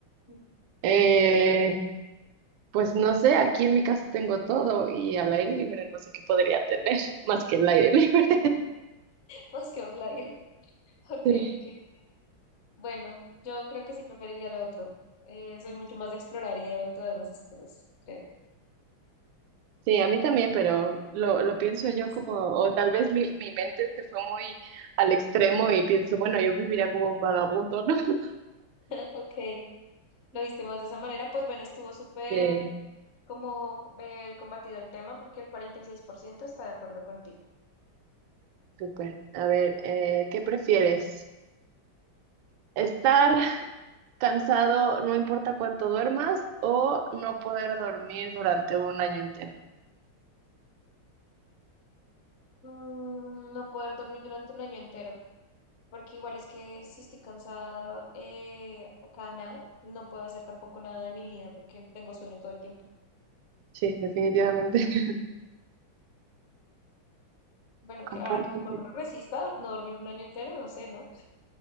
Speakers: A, on the left; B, on the right.
A: <laughs>
B: Eh, pues no sé, aquí en mi casa tengo todo y al aire libre no sé qué podría tener <laughs> más que el aire libre.
A: pues que outlier. <laughs> Ok,
B: <laughs>
A: ok. Bueno, yo creo que sí preferiría lo otro. Eh, soy mucho más de explorar y de aventurarme en esas cosas, creo.
B: Sí, a mí también, pero lo, lo pienso
A: Te da
B: yo
A: cosita.
B: como, o tal vez mi,
A: <laughs>
B: mi mente se fue muy al extremo y pienso, bueno, yo viviría como un vagabundo, ¿no? <laughs>
A: Ok, lo viste más de esa manera. Pues bueno, estuvo súper
B: Sí,
A: como eh, combatido el tema porque el 46% está de acuerdo contigo.
B: súper. A ver, eh, ¿qué prefieres? ¿Estar <laughs> cansado no importa cuánto duermas o no poder dormir durante un año entero?
A: Mm, no poder dormir durante un año entero, porque igual es que si estoy cansada eh, o cada nada, no puedo hacer tampoco nada de mi vida porque tengo sueño todo el tiempo.
B: Sí, definitivamente. <laughs>
A: Bueno,
B: Comparto.
A: que ahora que mi cuerpo
B: sí.
A: lo resista, no dormir un año entero, no sé, ¿no?